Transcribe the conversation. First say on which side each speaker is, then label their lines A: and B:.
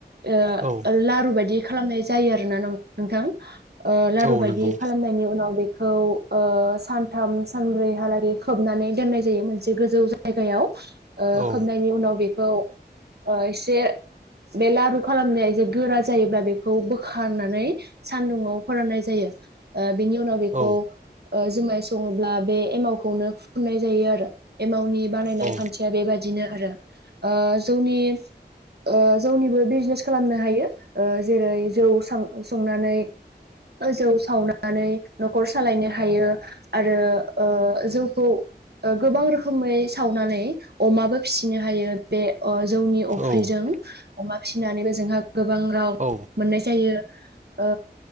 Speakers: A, on the right; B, on the right.
A: ओ
B: औ
A: लारु बादि खालामनाय जायो आरोना नोंथां । ओ लारु
B: औ
A: बायदि
B: नंगौ
A: खालामनायनि उनाव बे खौ ओ सानथाम सानब्रैहालागै खोबनानै दोननाय जायो मोनसे गोजौ जायगायाव । ओ
B: औ
A: खोबनायनि उनाव बे औ ओ एसे बे लारु खालामनाया जे गोरा जायोब्ला बेखौ बोखारनानै सानदुङाव फोराननाय जायो ओ बिनि उनाव बेखौ
B: औ
A: ओ जुमाय सङोब्ला बे एमावखौनो फुुननाय जायो आरो एमावनि बानायनाय
B: औ
A: खान्थिया बेबायदिनो आरो। ओ जौनि ओ जौनिबो बिजनेस खालामनो हायो ओ जेरै जौ साव संनानै जौ सावनानै नखर सालायनो हायो आरो ओ जौखौ गोबां रोखोमै सावनानै अमाबो फिसिनो हायो बे ओ जौनि फ्रिजों
B: औ
A: अमा फिसिनानैबो जोंहा गोबां राव
B: औ
A: मोननाय जायो। ओ